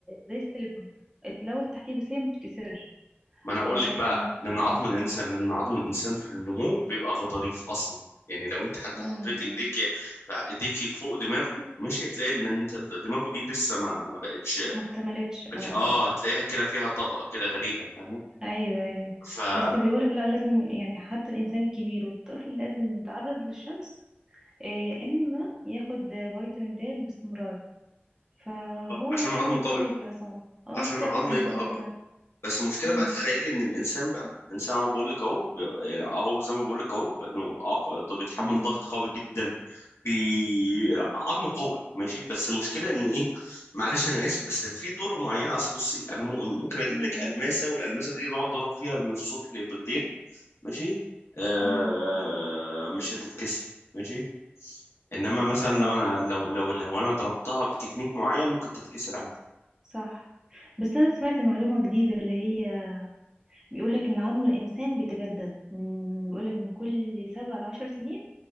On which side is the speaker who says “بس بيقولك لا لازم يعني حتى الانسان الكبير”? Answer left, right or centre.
Right